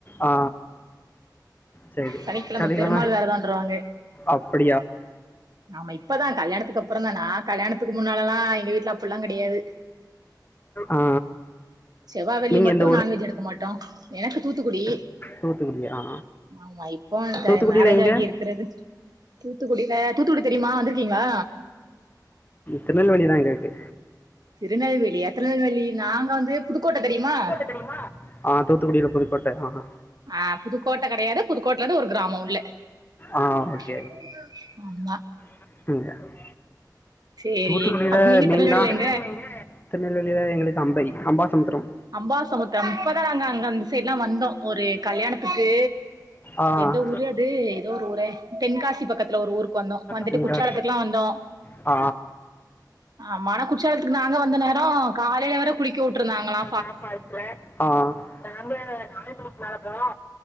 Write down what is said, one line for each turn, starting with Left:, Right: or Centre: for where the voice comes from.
Left: ஆ செரி
Right: சனிக்கிழம
Left: செரிங்கமா
Right: பெருமாள் விரதோன்றுவாங்க
Left: அப்டி
Right: ஆமா இப்பதா கல்யாணத்துக்கு அப்புறந்தா நா கல்யாணத்துக்கு முன்னாலல்லா எங்க வீட்ல அப்புல்லா கெடையாது
Left: ஆ
Right: செவ்வா வெள்ளி
Left: நீங்கள்
Right: மட்டு
Left: எந்த ஊர்
Right: நான்வெஜ் எடுக் க மாட்டோ எனக்கு தூத்துக்குடி
Left: தூத்துக்குடியா அ
Right: ஆமா இப்போ இந்த
Left: தூத்துக்குடியில
Right: மேரேஜ்
Left: எங்க
Right: ஆகி இருக்கிறது தூத்துக்குடியில தூத்துக்குடி தெரியுமா வந்திருக்கீங்களா
Left: திருநெல்வேலிதா இங்க இருக்கு
Right: திருநெல்வேலியா திருநெல்வேலி நாங்க வந்து புதுக்கோட்ட தெரியுமா
Left: தெரியுமா தூத்துக்குடியில புதுக்கோட்ட ஆஹ
Right: ஆ புதுக்கோட்ட கெடையாது புதுக்கோட்டையில இருந்து ஒரு கிராமம் உள்ள
Left: ஆ ஓகே
Right: <inaudible>
Left: <unintelligible>
Right: சேரி
Left: தூத்துக்குடியில
Right: அப் நீங்க
Left: மீன்
Right: திருநெல்வேலில
Left: தா
Right: எங்க
Left: திருநெல்வேலியில எங்களுக்கு அம்பை அம்பாசமுத்தர
Right: அம்பாசமுத்திரம் இப்பதா நாங்க அங்க அந்த சைட் எல்லா வந்தோம் ஒரு கல்யாணத்துக்கு
Left: ஆ
Right: எந்த ஊரு அது எதோ ஒரு ஊரே தென்காசி பக்கத்துல ஒரு ஊருக்கு வந்தோ வந்துட்டு
Left: தென்கா
Right: குற்றாலத்துக்கெல்லா வந்தோ
Left: ஆ
Right: ஆமா ஆனா குற்றாலத்துக்கு நாங்க வந்த நேரோ காலையில வர குளிக்க விட்ருந்தாங்களா
Left: நா பால்ஸ்ல நாங்க நால் மணிக்கு மேல போனோ